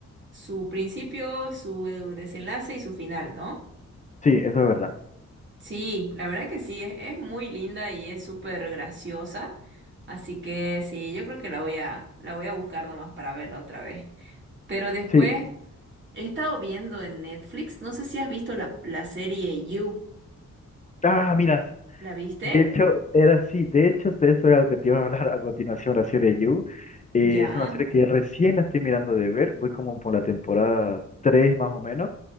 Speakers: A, on the right; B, on the left.
A: su principio, su eh, desenlace y su final, ¿no?
B: sí, eso es verdad.
A: Sí, la verdad que sí, es, es muy linda y es súper graciosa, así que sí, yo creo que la voy a, la voy a buscar nomás para verla otra vez. Pero después
B: Sí.
A: he estado viendo en Netflix, no sé si has visto la, la serie You,
B: Ah, mira.
A: ¿la viste?
B: De hecho, era así. De hecho, de eso era lo que te iba a hablar a continuación, la serie You. Eh,
A: Ya.
B: es una serie que recién la estoy mirando de ver. Voy como por la temporada 3 más o menos.